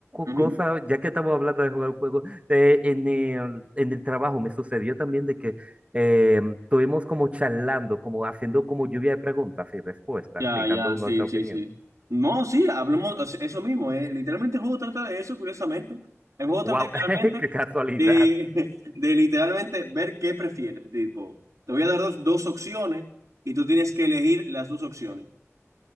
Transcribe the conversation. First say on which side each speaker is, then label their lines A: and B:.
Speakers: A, on the right (about 90°); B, on the right (about 25°).
A: Ujú.
B: cosa, ya que estamos hablando de jugar juegos, eh, en el, en el trabajo me sucedió también de que eh, estuvimos como charlando, como haciendo como lluvia de preguntas y respuestas
A: Ya,
B: y dando
A: ya,
B: nuestra
A: sí, sí,
B: opinión.
A: sí. No, sí, hablemos, o sea, eso mismo, eh. Literalmente el juego trata de eso, curiosamente. El juego
B: ¡Wow!
A: trata literalmente
B: <laughs> ¡Qué casualidad!
A: de, <laughs> de literalmente ver qué prefieres. Tipo, te voy a dar dos, dos opciones y tú tienes que elegir las dos opciones.